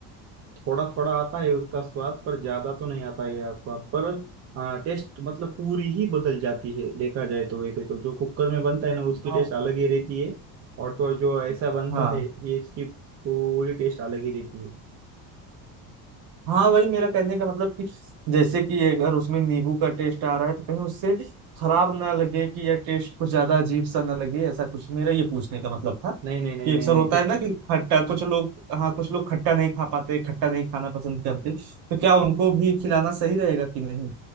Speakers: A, on the right; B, on the right.
A: थोड़ा थोड़ा आता है उसका स्वाद पर ज्यादा तो नहीं आता है यार स्वाद पर हाँ टेस्ट मतलब पूरी ही बदल जाती है देखा जाए तो वैसे तो जो कुकर में बनता है ना उसकी
B: हाँ
A: टेस्ट अलग ही रहती है और तो और जो ऐसा बनता
B: हाँ
A: है ये इसकी पूरी टेस्ट अलग ही रहती है
B: हाँ वही मेरा कहने का मतलब कि जैसे कि अगर उसमें नींबू का टेस्ट आ रहा है तो कहीं उससे खराब ना लगे कि या टेस्ट कुछ ज्यादा अजीब सा ना लगे ऐसा कुछ मेरा ये पूछने का मतलब था
A: नहीं नहीं नहीं
B: कि
A: नहीं
B: अक्सर
A: नहीं
B: होता
A: कुछ
B: है ना कि खट्टा कुछ लोग हाँ कुछ लोग खट्टा नहीं खा पाते खट्टा नहीं खाना पसंद करते तो क्या उनको भी खिलाना सही रहेगा कि नहीं